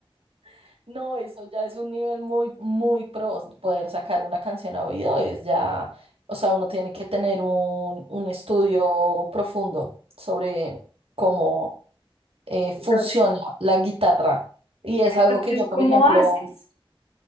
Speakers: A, on the right; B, on the left.
A: <laughs> no, eso ya es un nivel muy, muy pro, poder sacar una canción a oído es ya, o sea, uno tiene que tener un, un estudio profundo sobre cómo eh, funciona
B: Entonces,
A: la guitarra. Y es
B: Entonces,
A: algo que yo,
B: ¿cómo
A: por ejemplo,
B: haces